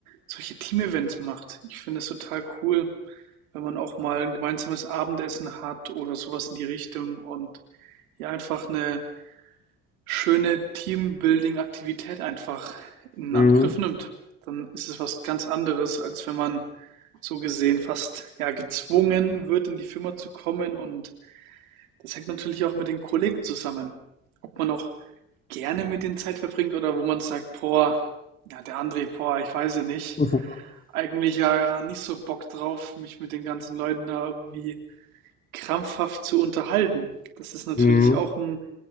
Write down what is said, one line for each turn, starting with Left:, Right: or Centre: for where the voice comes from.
Right: solche Team-Events macht. Ich finde es total cool, wenn man auch mal ein gemeinsames Abendessen hat oder sowas in die Richtung und ja einfach eine schöne Teambuilding-Aktivität einfach in
Left: Mhm.
Right: Angriff nimmt. Dann ist es was ganz anderes, als wenn man so gesehen fast ja gezwungen wird, in die Firma zu kommen. Und das hängt natürlich auch mit den Kollegen zusammen. Ob man auch gerne mit denen Zeit verbringt oder wo man sagt, boah, ja, der André, boah, ich weiß ja nicht.
Left: <laughs>
Right: Eigentlich ja nicht so Bock drauf, mich mit den ganzen Leuten da irgendwie krampfhaft zu unterhalten. Das ist natürlich
Left: Mhm.
Right: auch 'n